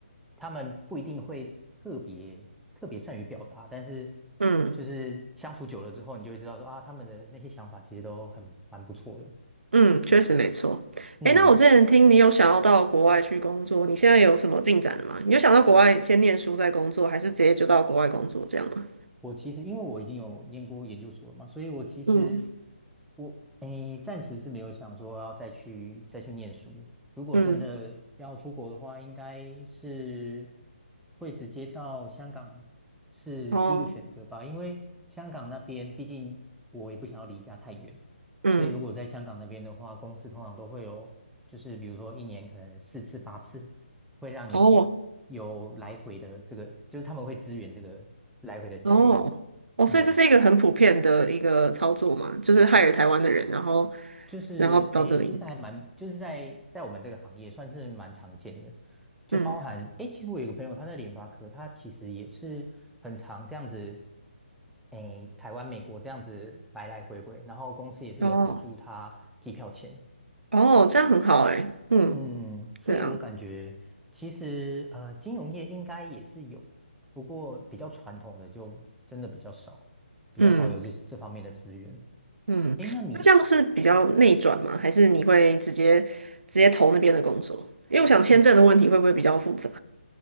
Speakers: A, in the centre; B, on the right.
A: 他们不一定会特别特别善于表达，但是
B: 嗯
A: 就是相处久了之后，你就会知道说啊，他们的那些想法其实都很蛮不错的。
B: 嗯，确实没错。
A: 嗯，
B: 诶，那我之前听你有想要到国外去工作，你现在有什么进展了吗？你有想到国外先念书再工作，还是直接就到国外工作这样吗？
A: 我其实因为我已经有念过研究所了嘛，所以我其实
B: 嗯
A: 我诶暂时是没有想说要再去再去念书。如果真的要出国的话，
B: 嗯，
A: 应该是会直接到香港是第一个选择吧，
B: 哦，
A: 因为香港那边毕竟我也不想要离家太远，
B: 嗯
A: 所以如果在香港那边的话，公司通常都会有就是比如说一年可能四次八次。会让你有来回的这个，
B: 哦，
A: 就是他们会支援这个来回的交通。
B: 哦，哦，
A: 嗯，
B: 所以这是一个很普遍的一个操作嘛，就是害了台湾的人，然后，
A: 就是诶，
B: 然后到这里，
A: 其实还蛮，就是在在我们这个行业算是蛮常见的，就包含诶，
B: 嗯，
A: 其实我有一个朋友他在联发科，他其实也是很常这样子，诶，台湾、美国这样子来来回回，然后公司也是有补助他机票钱，
B: 哦，哦，这样很好诶，嗯，
A: 嗯，所以我感觉其实呃，
B: 对啊，
A: 金融业应该也是有，不过比较传统的就真的比较少，比较少有这这方面的资源。
B: 嗯嗯，
A: 诶，那你？
B: 那这样是比较内转吗？还是你会直接直接投那边的工作？因为我想签证的问题会不会比较复杂？
A: 哦。